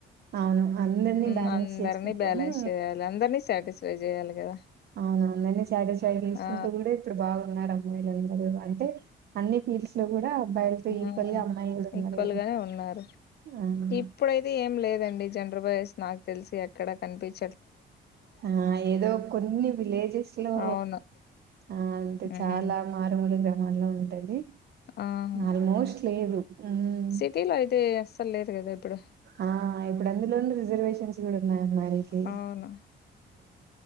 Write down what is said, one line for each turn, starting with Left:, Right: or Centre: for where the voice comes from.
Right: అవును అందరినీ
Left: ఉమ్
Right: బ్యాలెన్స్
Left: అందరినీ
Right: చేసుకుంటేనే
Left: బ్యాలెన్స్ చేయాలి అందరినీ సాటిస్ఫై చేయాలి కదా
Right: అవును అందరిని సాటిస్ఫై చేసుకుంటూ
Left: ఆ
Right: కూడా ఇప్పుడు బాగున్నారు <inaudible> అంటే అన్ని ఫీల్డ్స్ లో కూడా అబ్బాయిలతో ఈక్వల్
Left: ఊ
Right: గా అమ్మాయిలు కూడా ఉన్నారు
Left: ఈక్వల్
Right: కదా
Left: గానే ఉన్నారు.
Right: ఆ
Left: ఇప్పుడైతే ఏం లేదండి. జన్రబాయస్ నాకు తెలిసి ఎక్కడ కనిపించి
Right: ఆ ఏదో కొన్ని విలేజెస్ లో
Left: అవును
Right: ఆ అంటే
Left: ఉమ్
Right: చాలా మారుమూలు గ్రామ మళ ఉంటది
Left: ఆ
Right: ఆల్మోస్ట్ లేదు మ్మ్
Left: సిటీలో అయితే అసల్ లేదు కదా ఇప్పుడు
Right: ఆ ఇప్పుడు అందులోను రిజర్వేషన్ న్నాయి మరికి
Left: అవును